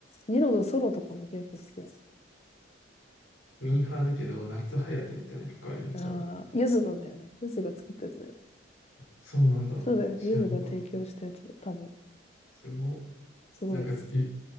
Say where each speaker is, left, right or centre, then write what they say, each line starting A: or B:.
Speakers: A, on the left (about 30°); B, on the left (about 70°).
A: ニノのソロとかも結構好きだ。
B: ミーハーだけど、夏ハヤテみたいな曲あるよね、
A: ああ、
B: 多分。
A: ゆずのだよね。ゆずが作ったやつだよね。
B: そうなんだ。
A: そうだよ。
B: 知らなかった。
A: ゆずが提供したやつだよ。多分。
B: すご
A: すごいよね。
B: い。なんか、い